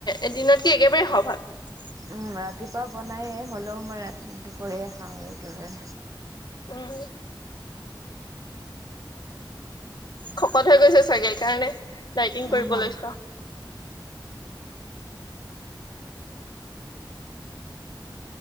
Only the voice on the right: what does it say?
উম, ৰাতিপুৱা বনায়েই হ'লেও মই ৰা-দুপৰীয়া খাওঁ একেবাৰে।
অঁ
<inaudible>